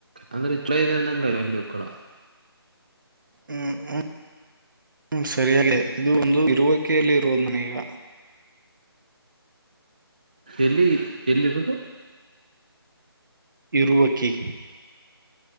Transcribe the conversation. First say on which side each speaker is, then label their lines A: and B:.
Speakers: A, on the right; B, on the right.
A: ಅಂದ್ರೆ ಚಳ ಅಂಗ ಅಲ್ಲಿಯೂ ಕೂಡ
B: ಹ್ಮ ಹ ಹ್ಮ ಸರಿಯಲ್ಲೇ ಇದು ಒಂದು ಇರುವಕೆಯಲ್ಲಿ ಇರುವುದು ನನೀಗ
A: ಎಲ್ಲಿ ಎಲ್ಲಿರುದು
B: ಇರುವಕ್ಕಿ